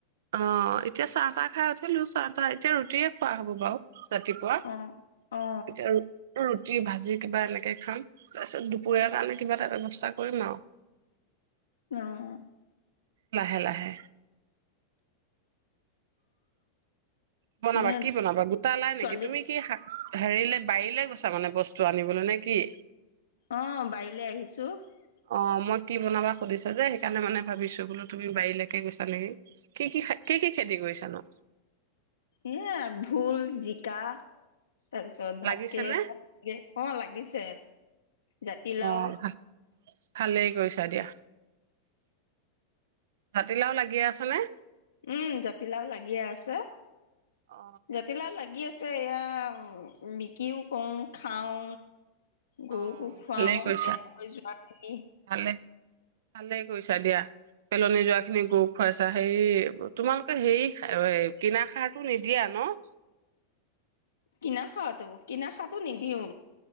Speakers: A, on the right (about 55°); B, on the left (about 70°).
A: অ', এতিয়া চাহ তাহ খাই উঠিলো চাহ তাহ এতিয়া ৰুটিয়ে খোৱা হ'ব বাৰু। ৰাতিপুৱা
B: অ অ
A: এতিয়া উম, ৰুত ৰুটি ভাজি কিবা এনেকে খাম তাৰপিছত দুপৰীয়া কাৰণে কিবা এটা ব্যৱস্থা কৰিম আৰু।
B: অ'।
A: লাহে, লাহে। বনাবা
B: এনে
A: কি বনাবা গোটা লাই
B: ছোৱালী
A: নেকি তুমি কি হেৰিলে বাৰীলে গৈছা ত মানে বস্তু আনিবলৈ নে কি
B: অ', বাৰিলে আহিছোঁ। ছো
A: অ', মই কি বনাবা সুধিছা যে সেইকাৰণে মানে ভাবিছো বোলো তুমি বাৰীলৈকে গৈছা নেকি, কি কি খ কি কি খেতি কৰিছা নো?
B: এ ভুল জিকা তাৰপিছত ভাতকেৰো
A: লাগিছে নে?
B: লে অ', লাগিছে জাতিলাও
A: অ ভা ভালেই কৰিছা দিয়া, জাতিলাও লাগি আছে নে?
B: উম, জাতিলাও লাগিয়ে আছে,
A: অ
B: জাতিলাও লাগি আছ এয়া বিকিও কৰোঁ খাওঁ। গৰুকো
A: অ
B: খুৱাও
A: ভালেই কৰিছা
B: বেয়া হৈ যোৱাখিনি।
A: ভালে ভালেই কৰিছা দিয়া পেলনি যোৱা খিনি গৰু খুৱাইছা, হেৰি তোমালোকে হেৰি কিনা খাৰটো নিদিয়া ন'?
B: কিনা খাৰ তো কিনা খাতো নিদিওঁ।